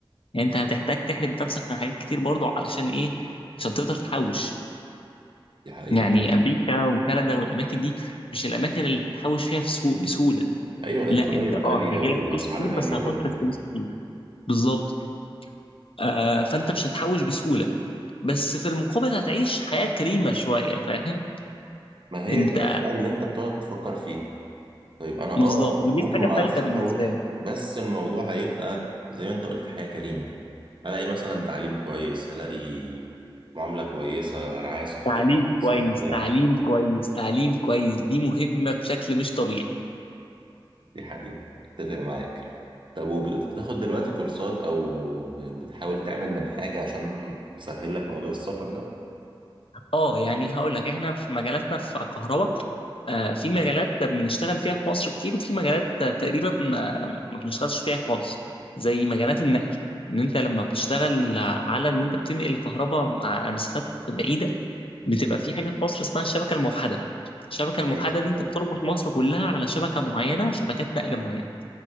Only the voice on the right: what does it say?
دي حقيقه
للأسف.
ايوه الضرايب
غاليه
والاسعار
غاليه
برضه
ما هي
ديت بقى اللي انت بتقعد تفكر فيها طيب انا اه
ممكن
ما
اعرفش
احوش
بس الموضوع هيبقى زي ما انت قلت حياه كريمه هلاقي مثلا تعليم كويس هلاقي معامله كويسه رعايه صحيه
كويسة،
بتاع
دي حقيقة اتفق معاك طب وبتاخد دلوقتي كورسات او بتحاول تعمل من حاجة عشان تسهل لك موضوع السفر ده
مم.
ماشي
حلو